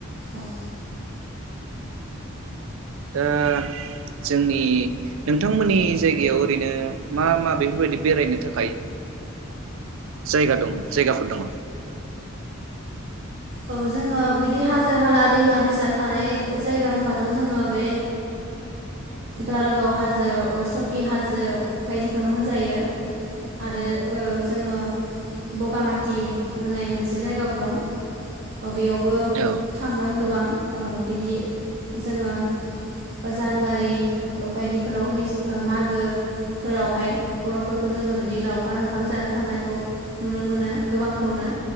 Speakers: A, on the right; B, on the right.
A: औ
B: दा जोंनि नोंथांमोननि जायगायाव ओरैनो मा मा बेफोरबायदि बेरायनो थाखाय जायगा दङ जायगाफोर दङ
A: औ जोङो बिदि हाजो हाला दैमा दैसा थानाय जायगा होनबाथ' जोङो बे दारागाव हाजो सकि हाजो बायदिखौनो होनजायो आरो जोङो बगामाथि होननाय मोनसे जायगाबो दं बेयाव बो
B: औ
A: थाङो गोबां बिदि जोङो जानुवारि बायदिफोराव ब मागोफोरावहाय बर'फोरखौ जोङो बिदि लावखार ओंखाम जानो थांनायखौ नुनो मोनो गोबांखौनो